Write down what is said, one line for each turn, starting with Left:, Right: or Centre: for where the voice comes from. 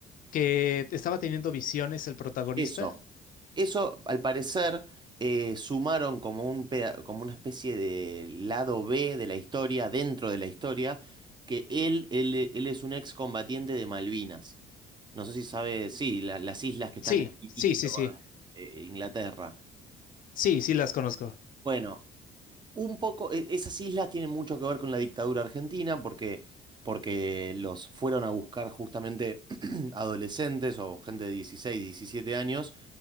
Left: que estaba teniendo visiones el protagonista.
Right: Eso. Eso, al parecer, eh, sumaron como un peda- como una especie de lado B de la historia, dentro de la historia, que él, él, él es un excombatiente de Malvinas. No sé si sabe, sí, la- las islas que están
Left: Sí,
Right: en Iquique
Left: sí, sí,
Right: con
Left: sí.
Right: eh, Inglaterra.
Left: Sí, sí las conozco.
Right: Bueno, un poco, e- esas islas tienen mucho que ver con la dictadura argentina porque, porque los fueron a buscar justamente <clears throat> adolescentes o gente de 16, 17 años